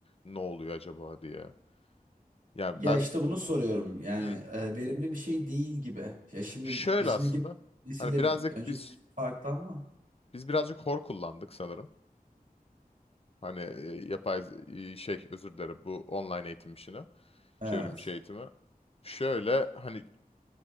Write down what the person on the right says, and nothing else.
Ya
işte bunu soruyorum yani
e, verimli bir şey değil gibi. Ya şimdi
bizimki
nesille
önceki
nesil farklı ama.
Evet.